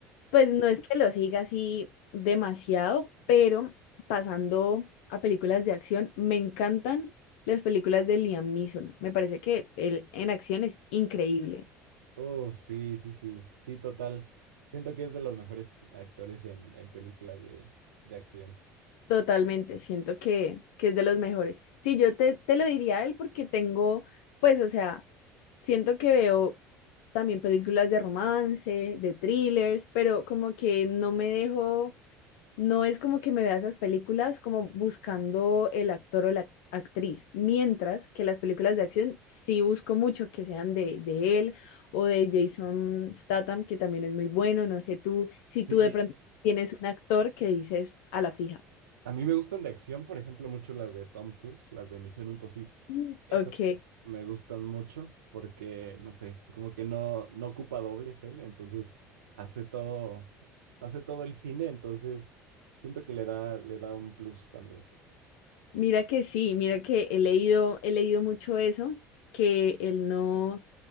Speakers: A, on the left; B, on the right.
A: Pues no es que lo siga así demasiado, pero pasando a películas de acción, me encantan las películas de Liam Neeson. Me parece que él en acción es increíble.
B: Oh, sí, sí, sí. Sí, total. Siento que es de los mejores actores en, en películas de, de acción.
A: Totalmente, siento que, que es de los mejores. Sí, yo te, te lo diría a él porque tengo, pues, o sea, siento que veo también películas de romance, de thrillers, pero como que no me dejo No es como que me vea esas películas como buscando el actor o la actriz, mientras que las películas de acción sí busco mucho que sean de, de él o de Jason Statham, que también es muy bueno. No sé tú si
B: Sí.
A: tú de pronto tienes un actor que dices a la fija.
B: A mí me gustan de acción, por ejemplo, mucho las de Tom Cruise, las de Misión Imposible.
A: Mm.
B: Esas
A: Ok,
B: me gustan mucho porque, no sé, como que no, no ocupa dobles él, entonces hace todo, hace todo el cine, entonces siento que le da, le da un plus también. <laughs>
A: mira que sí, mira que he leído, he leído mucho eso, que él no